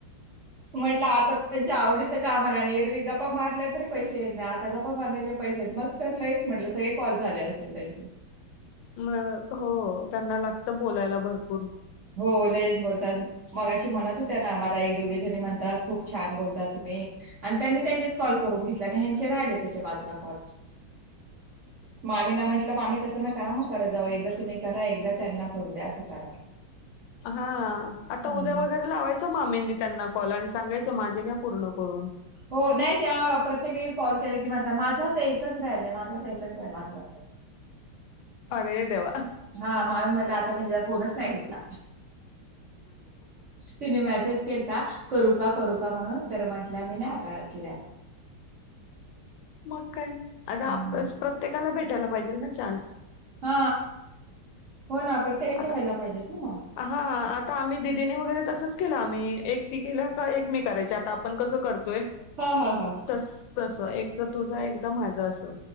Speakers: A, on the right; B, on the left.
A: म्हंटलं आता त्यांच्या आवडीच काम आला आणि एरवी गप्पा मारल्या तरी पैसे येत नाही आता गप्पा मारण्याचे पैसे येत मग तर लय च म्हटलं सगळे कॉल झाले असेल त्यांचे.
B: म हो त्यांना लागत बोलायला भरपूर.
A: हो लयच बोलतात. मगाशी म्हणत होत्या ना मला एक दोघी जणी म्हणतात खूप छान बोलता तुम्ही. आणि त्यांनी त्यांचेच कॉल करून घेतले आणि ह्यांचे राहिले तसे बाजूला कॉल. मामी ना म्हटलं मामी तसं ना करा मग करत जाऊ एकदा तुम्ही करा एकदा त्यांना करू द्या असं करा.
B: हा आता
A: हम्म.
B: उद्या वळ खरं लावायच मामींनी त्यांना कॉल आणि सांगायचं माझे घ्या पूर्ण करून.
A: हो नाही त्या प्रत्येक वेळी कॉल केले की म्हणता माझा तर एकच राहिलय माझ तर एकच राहिला असं म्हणता.
B: अरे देवा अहं.
A: हा मानून म्हटलं आता मी तिचा फोनच नाही घेतला. तिने मेसेज केलता करू का करू का म्हणून. तर म्हंटल्या मी नाही आता किरयावर.
B: मग काय आता
A: हम्म.
B: आपणच प्रत्येकाला भेटायला पाहिजेलच ना चान्स.
A: हा हो ना प्रत्येकाच्या
B: आता
A: व्हायला पाहिजेत ना म.
B: हा आता आम्ही दिदीने वगैरे तसंच केलं आम्ही एक ती केल्या का एक मी करायची आता. पण कसं करतोय.
A: हा हा हा.
B: तस तस एकदा तुझं एकदा माझं असं